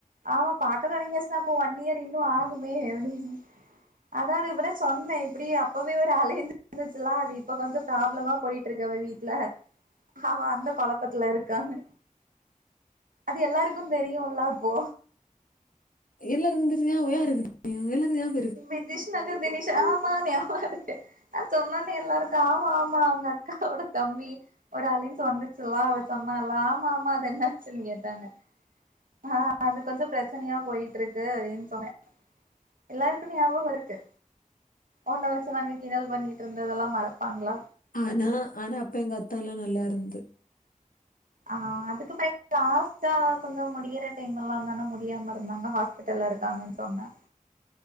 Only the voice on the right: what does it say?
ஆமா பாக்க தொடங்கியாச்சுனா இப்ப ஒன் இயர் இன் னு ஆகுமே எப்டின் அதா அதுக்கிப்பதா சொன்னே இப்பிடி அப்பவே ஒரு அலைன்ஸ் வந்துச்சுலா அது இப்ப கொஞ்ச ப்ராப்ளமா போயிட்ருக்கு அவ வீட்ல அவ அந்த கொழப்பத்துல இருக்கானு அது எல்லாருக்கும் தெரியுல்ல அப்போ
விதிஷ்னாக்க தினிஷ் ஆமா <unintelligible> நா சொன்னனே எல்லாருக்கு ஆமா ஆமா அவுங்க அக்காவோட தம்பி ஒரு அலைன்ஸ் வந்துச்சில அவ சொன்னாலா ஆமா ஆமா அது என்ன ஆச்சுன் கேட்டாங்க <unintelligible> அது கொஞ்சோ ப்ரெச்சனையா போயிட்ருக்கு அப்டின் சொன்னே எல்லாருக்கு ஞாபகோ இருக்கு உன்ன வெச்சு நாங்க கிண்டல் பண்ணிட்ருந்ததெல்லா மறப்பாங்ளா
ஆ அதுக்கு பயந்து லாஸ்டா கொஞ்சோ முடியிற டைம் எல்லா தானே முடியாம இருந்தாங்க ஹாஸ்பிட்டல்ல இருக்காங்கன்னு சொன்னே